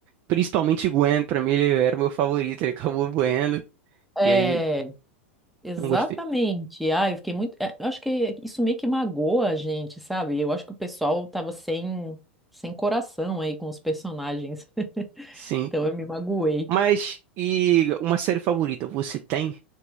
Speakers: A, on the right; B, in the centre.
A: Principalmente Gwen, pra mim ele era o meu favorito, ele acabou morrendo,
B: É,
A: e aí
B: exatamente.
A: não gostei.
B: Ah, eu fiquei muito. é, Eu acho que isso meio que magoa a gente, sabe? Eu acho que o pessoal tava sem, sem coração aí com os personagens. <laughs>
A: Sim.
B: Então eu me magoei.
A: Mas, e uma série favorita você tem?